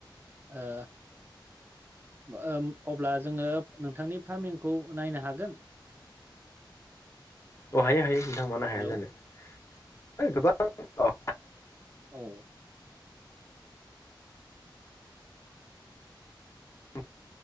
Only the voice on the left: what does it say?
<inaudible> अ हायो हायो नोंथां मानो
हाया जानो गोबां
<inaudible>